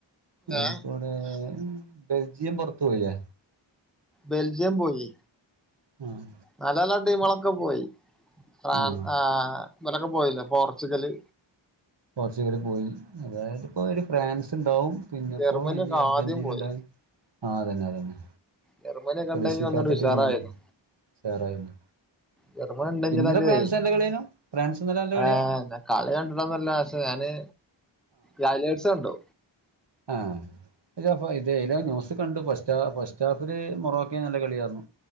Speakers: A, on the right; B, in the centre.
A: അതിൽക്കൂടെ
B: ഏ
A: ബെൽജിയം പൊറത്ത് പോയില്ലേ
B: ബെൽജിയം പോയി
A: ആഹ്
B: നല്ല നല്ല ടീമുകളൊക്കെ പോയി ഫ്രാൻ
A: ആഹ്
B: ആ ഇവലൊക്കെ പോയില്ലേ പോർച്ചുഗല്
A: പോർച്ചുഗല് പോയി അതായത് ഇപ്പൊ ഒരു ഫ്രാൻസ് ഉണ്ടാവും പിന്നിപ്പോ
B: ജർമ്മനിയൊക്കെ
A: ഇനി അർജന്റീന
B: ആദ്യം പോയി
A: ഉണ്ടാവും ആ അതന്നെ അതന്നെ
B: ജർമനിയൊക്കെ
A: പ്രതീക്ഷിക്കാത്ത
B: ഉണ്ടെങ്കി ഒന്നൂടെ ഉഷാറായേനെ
A: ടീമാണ് ഉഷാറായിരുന്നു
B: ജെർമനി ഉണ്ടെങ്കിലൊക്കെയേ
A: ഇന്നലെ ഫ്രാൻസ് നല്ല കളിയേനു ഫ്രാൻസ് ഇന്നലെ നല്ല കളിയാ
B: ആഹ് അതന്നെ കളി കണ്ടിട്ടൊന്നുല്ല പക്ഷെ ഞാന് ലലേഡ്സ് കണ്ടു
A: ആഹ് ഇല്ല ഫാ ഇതേ എയിലോ ന്യൂസിൽ കണ്ടു ഫസ്റ്റാ ഫസ്റ്റാഫില് മൊറോക്കേയും നല്ല കളിയായിരുന്നു